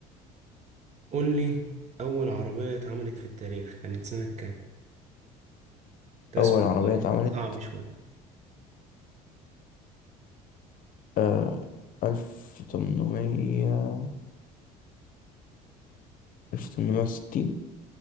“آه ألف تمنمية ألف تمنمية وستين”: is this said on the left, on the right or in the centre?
Left